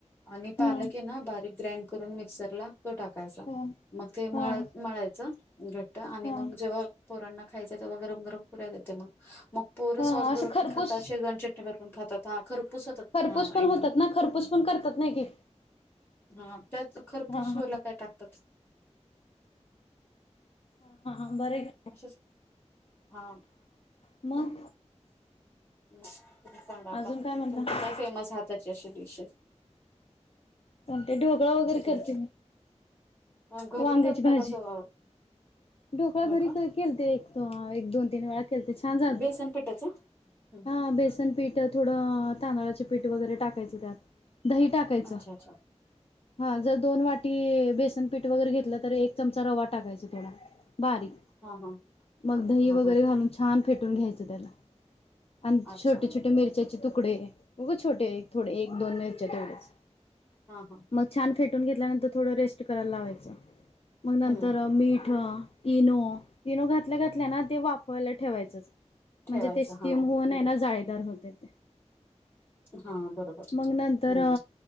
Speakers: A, on the left; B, on the left.
A: आणि पालक
B: हम्म
A: आहे ना बारीक ग्रँड करून मिक्सरला तो टाकायचा.
B: हम्म हा
A: मग ते मळत,
B: हा
A: मळायचं घट्ट आणि
B: हा
A: मग जेव्हा पोरांना खायचं तेव्हा गरम गरम पुऱ्या देते मग, मग पोरं
B: हा
A: सॉस बरोबर
B: असं खरपूस
A: पण खातात, शेजवान चट णी बरोबर पण खातात, हा खरपूस होतात.
B: खरपूस
A: हा
B: पण
A: एकदम
B: होतात ना, खरपूस पण करतात ना एक एक.
A: हां त्यात खरपूस
B: हा
A: व्हायला काय टाकतात?
B: हा, हा, बरंय.
A: असंच, हा.
B: मग?
A: तुम्ही सांगा आता,
B: अजून काय म्हणता
A: तुमची काय फेमस हाताची अशी डिशय?
B: कोणती ढोकळा वगैरे करते
A: तुमची
B: मी.
A: घरीच
B: वांग्याची
A: असतं
B: भाजी,
A: का सगळं
B: ढोकळा घरी
A: हो का
B: कै केलते. तेव्हा एक दोन-तीन वेळा केलते, छान झालतं,
A: बेसन पिठाचं हं.
B: हा बेस बेसन पीठ थोडं तांदळाचे पीठ वगैरे टाकायचं त्यात, दही टाकायचं.
A: अच्छा अच्छा
B: हा जर दोन वाटी बेसनपीठ वगैरे घेतलं तर एक चमचा रवा टाकायचा थोडा बारीक
A: हा हा
B: मग दही
A: हा
B: वगैरे
A: हा
B: घालून छान फेटून घ्यायचं त्याला, आणि छोटे
A: अच्छा
B: छोटे छोटे मिरच्याचे तुकडे, उगं छोटे एक थोडे एक दोन मिरच्या तेवढ्याच.
A: हा हा.
B: मग छान फेटून घेतल्यानंतर थोड रेस्ट करायला लावायचं मग नंतर
A: हम्म
B: मीठ इनो, इनो घातल्या घातल्या ना ते वाफवायला ठेवायचंच. म्हणजे
A: ठेवायचं
B: ते स्टीम
A: हा
B: होऊनयना
A: बरोबर
B: जाळीदार होतय ते.
A: हा बरोबर
B: मग नंतर
A: हम्म.